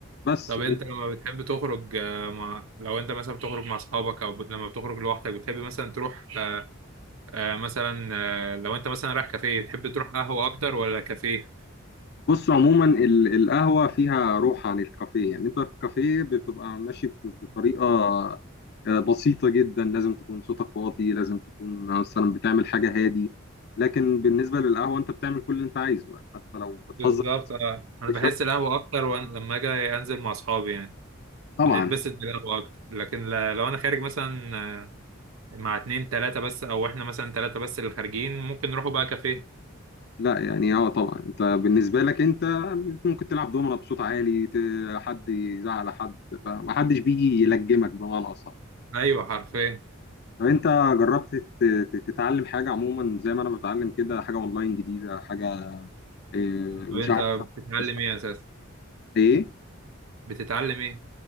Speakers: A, on the left (about 50°); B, on the right (about 80°).
A: بس
B: طب انت لما بتحب تخرج آه مع لو انت مثلا بتخرج مع اصحابك او بت... لما بتخرج لوحدك بتحب مثلا تروح آه آه مثلا آه لو انت مثلا رايح كافيه تحب تروح قهوه اكتر ولا كافيه
A: بص عموما ال- القهوة فيها روح عن الكافيه يعني انت في الكافيه بتبقى ماشي ب- بطريقة آه، بسيطة جدا لازم تكون صوتك واطي لازم تكون مثلا بتعمل حاجة هادي لكن بالنسبة للقهوة انت بتعمل كل اللي انت عايزه يعني حتى لو بتهزر
B: بالظبط آه. انا
A: بشكل
B: بحس القهوه اكتر وأن... لما اجي انزل مع اصحابي يعني
A: طبعا
B: بنتبسط بالقهوة أكتر لكن ل- لو أنا خارج مثلا آه، مع اتنين تلاتة بس أو إحنا مثلا تلاتة بس اللي خارجين ممكن نروحوا بقى كافيه
A: لا يعني اه طبعا انت بالنسبة لك انت ممكن تلعب دومنة بصوت عالي ت- حد يزعل حد فمحدش بيجي يلجمك بمعنى أصح
B: أيوه حرفيا
A: طب انت جربت تت- تت- تتعلم حاجه عموما زي ما انا بتعلم كده حاجه اونلاين جديده حاجه اه، مش
B: طب أنت
A: عارف
B: بتتعلم
A: بس
B: إيه أساسا؟
A: ايه
B: بتتعلم إيه؟